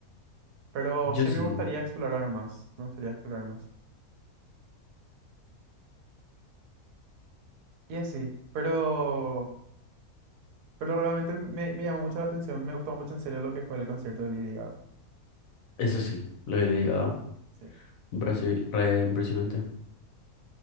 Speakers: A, on the right (about 80°); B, on the left (about 65°).
A: Pero
B: Yo
A: sí
B: sí.
A: me gustaría explorar más, me gustaría explorar más. Y así, pero, pero realmente me, me llamó mucho la atención, me gustó mucho en serio lo que fue el concierto de Lady Gaga.
B: Eso sí, lo he leído.
A: Sí.
B: Me parece re impresionante.